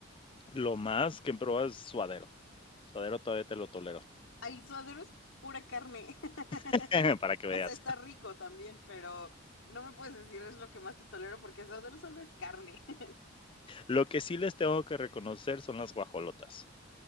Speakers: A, on the left; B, on the left.
A: Lo más que he probado es suadero. Suadero todavía te lo tolero,
B: Ay, suadero es pura carne. <laughs>
A: <laughs> para que veas.
B: O sea, está rico también, pero no me puedes decir es lo que más te tolero porque suadero solo es carne. <laughs>
A: Lo que sí les tengo que reconocer son las guajolotas.